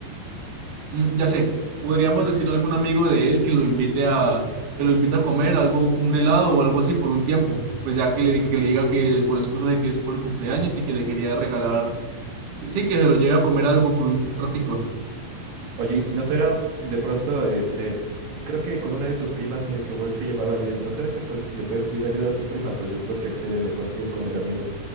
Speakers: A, on the right; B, on the right.
A: Mm, ya sé, podríamos decirle a algún amigo de él que lo invite a que lo invite a comer algo, un helado o algo así por un tiempo. Pues ya que le diga que le diga que con excusa de que es por el cumpleaños y que le quería regalar, que sí, que se lo lleve a comer algo por un ratico.
B: Oye, ¿y no será de pronto, este, creo que con una de tus primas medio que igual se llevaba bien, ¿no será que pues le puedes pedir ayuda a tu prima? Pues yo creo que accede mejor que con el amigo.